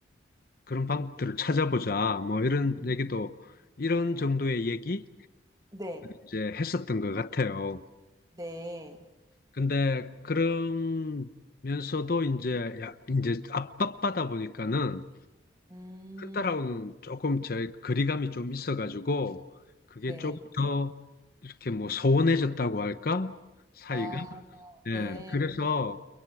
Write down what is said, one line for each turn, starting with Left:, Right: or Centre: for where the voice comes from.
Left: 그런 방법들을 찾아보자. 뭐 이런 얘기도 이런 정도의 얘기
Right: 네,
Left: 이제 했었던 것 같아요.
Right: 네,
Left: 근데 그러면서도 이제 야, 이제 압박받아 보니까는
Right: 음,
Left: 큰딸하고는 조금 제 거리감이 좀 있어가지고 그게
Right: 네,
Left: 조금 더 이렇게 뭐 소원해졌다고 할까? 사이가.
Right: 아, 네,
Left: 예. 그래서